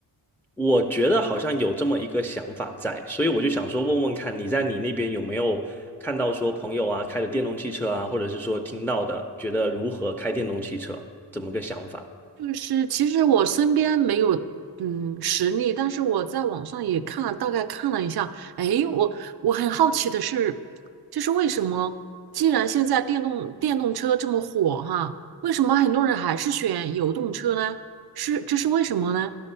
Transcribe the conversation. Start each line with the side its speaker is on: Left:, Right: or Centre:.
Centre: 我觉得好像有这么一个想法在，所以我就想说问问看，你在你那边有没有看到说朋友啊开的电动汽车啊，或者是说听到的，觉得如何开电动汽车，怎么个想法？
Right: 就是其实我身边没有嗯实例，但是我在网上也看了，大概看了一下。哎，我我很好奇的是，就是为什么既然现在电动电动车这么火哈，为什么很多人还是选油动车呢？是这是为什么呢？